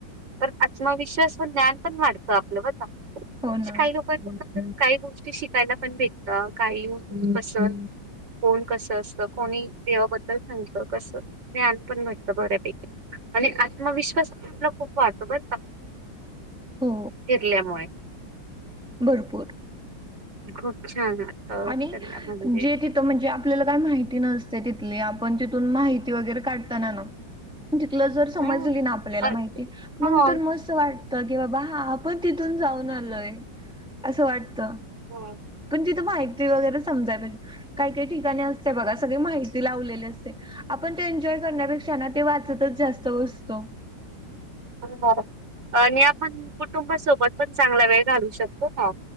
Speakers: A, on the right; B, in the centre.
A: तर आत्मविश्वास व ज्ञान पण वाढतं आपलं बर का
B: हो ना
A: काही लोक आहेत म्हणून काही गोष्टी शिकायला पण भेटत काही पसंत कोण कस असत कोणी देवाबद्दल सांगत कसं ज्ञान पण भेटतं बऱ्यापैकी आणि आत्मविश्वास आपला खूप वाटतो बरं का
B: हो
A: फिरल्या माय
B: भरपूर
A: खूप छान वाटतं
B: आणि
A: फिरल्या म्हणजे
B: जे तिथं म्हणजे आपल्याला काय माहिती नसत तिथल्या पण तिथून माहिती वगैरे काढताना ना तिथलं जर समजली
A: हम्म
B: ना आपल्याला
A: अ
B: माहिती मग
A: हो
B: तर मस्त वाट की बाबा हा आपण तिथून जाऊन आलोय असं वाटत
A: हो
B: पण तिथं माहिती वगैरे समजाय पाहिजे काही काही ठिकाणी असते बघा सगळी माहिती लावलेली असते आपण ते एन्जॉय करण्यापेक्षा ना ते वाचतच जास्त बसतो.
A: हम् ह आणि आपण कुटुंबासोबत पण चांगला वेळ घालू शकतो हा